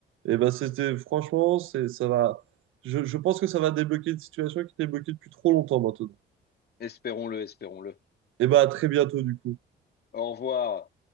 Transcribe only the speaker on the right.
Et ben, c'était, franchement, c'est, ça va. Je, je pense que ça va débloquer une situation qui était bloquée depuis trop longtemps maintenant.
Et ben, à très bientôt, du coup.